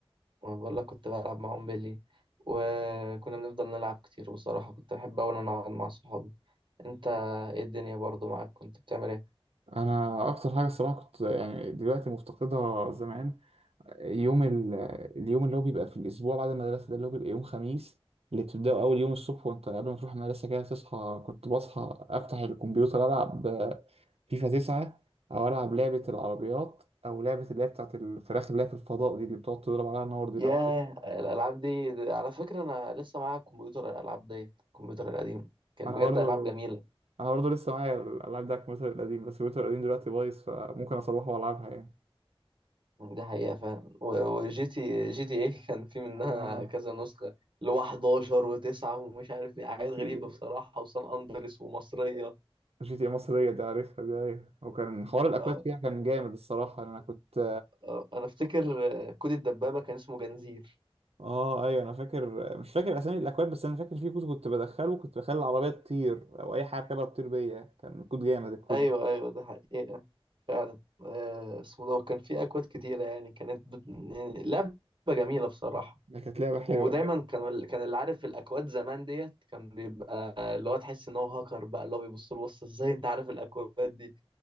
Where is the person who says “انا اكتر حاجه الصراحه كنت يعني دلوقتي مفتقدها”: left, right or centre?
Right